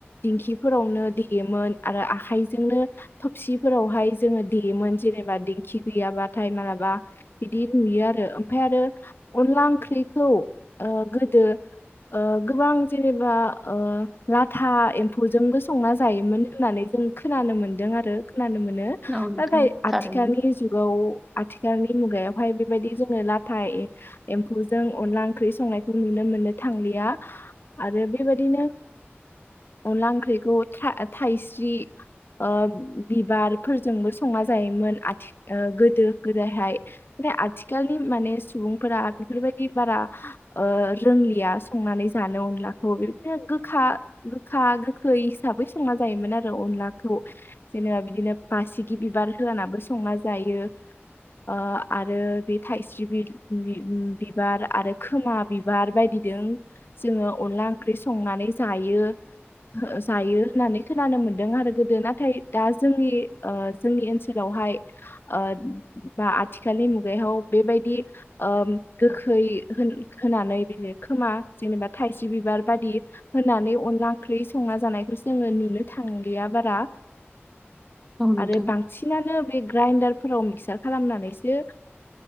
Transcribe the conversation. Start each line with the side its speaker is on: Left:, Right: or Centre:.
Left: दिंखिफोरावनो देयोमोन आरो आखाइजोंनो थबसिफोरावहाय जोङो देयोमोन जेनेबा दिेंखि गैयाबाथाय मालाबा बिदि नुयो आरो ओमफ्राय आरो अनला ओंख्रिखौ गोदो गोबां जेनेबा लाथा एम्फौजोंबो संना जायोमोन। होननानै जों खोनानो मोनदों आरो खोनानो मोनो
Centre: औ नोंथां
Left: नाथाय
Centre: थारैनो
Left: आथिखालनि जुगाव आथिखालनि मुगायावहाय बेबायदि जोङो लाथा एम्फौजों अनला ओंख्रि संनायखौ नुनो मोननो थांलिया आरो बेबायदिनो अनला ओंख्रिखौ थाइस्रि ओ बिबारफोरजोंबो संना जायोमोन आथि गोदो गोदायहाय बे आथिखालनि माने सुबुंफोरा बेफोरबायदि बारा रोंलिया संनानै जानो अनलाखौ बिदिनो गोखा गोखा गोखै हिसाबै संना जायोमोन आरो अनलाखौ जेनेबा बिदिनो मासिगि बिबार होआानाबो संना जायो। आरो बे थाइस्रि बिल बिबार आरो खोमा बिबार बायदिदों जोङो अनला ओंख्रि संनानै जायो जायो। होननानै खोनानो मोनदों आरो गोदो नाथाय दा जोंनि जोंनि ओनसोलावहाय ओ बा आथिखालनि मुगायाव बेबायदि गोखै होन होनानै बि खोमा जेनेबा थाइसे बिबार बायदि होननानै अनला ओंख्रि संना जानायखौ जोङो नुनो थांलिया बारा
Centre: औ नोंथां
Left: आरो बांसिन बांसिनानो बे ग्राइन्डारफोराव मिक्सार खालामनानैसो